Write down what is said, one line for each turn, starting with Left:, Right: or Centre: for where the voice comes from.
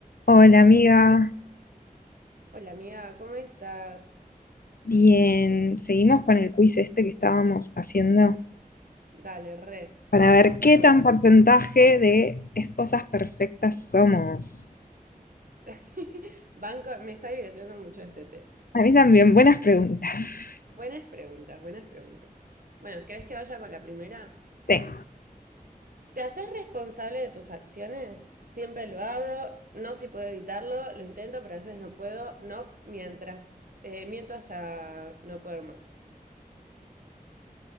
Left: Hola amiga,
Right: Hola amiga, ¿cómo estás?
Left: bien, seguimos con el quiz este que estábamos haciendo
Right: Dale, re.
Left: para ver
Right: Bueno,
Left: qué tan porcentaje de esposas perfectas somos.
Right: <laughs> banco, me está divirtiendo mucho este test.
Left: A mí también, buenas preguntas. <laughs>
Right: Buenas preguntas, buenas preguntas. Bueno, ¿crees que vaya con la primera?
Left: Sí,
Right: ¿Te haces responsable de tus acciones? Siempre lo hago, no si puedo evitarlo, lo intento, pero a veces no puedo, no mientras, eh, miento hasta no poder más.